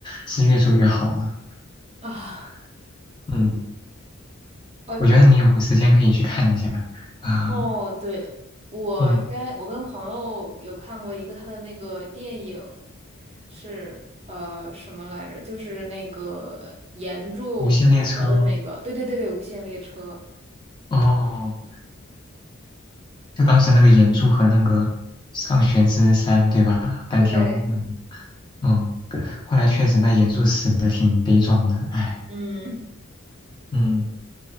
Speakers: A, on the left; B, on the right.
A: 是越做越好了。
B: 啊，
A: 嗯，
B: 哦
A: 我觉得你有时间可以去看一下。啊、
B: 哦，对，我应该我跟朋友有看过一个他的那个电影，
A: 嗯，
B: 是呃什么来着？就是那个岩柱和的那个，
A: 无限列车吗？
B: 对对对对，《无限列车》。
A: 哦。就当时那个岩柱和那个上弦之山，对吧？单挑，
B: 对，
A: 嗯嗯，后来确实那岩柱死的挺悲壮的，唉，
B: 嗯，
A: 嗯，